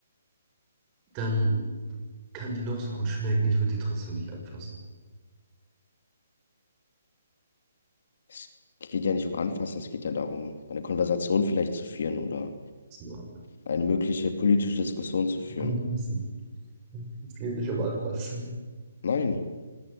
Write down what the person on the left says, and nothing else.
Es geht ja nicht um Anfassen, es geht ja darum, eine Konversation vielleicht zu führen oder
eine mögliche politische Diskussion zu führen.
Nein,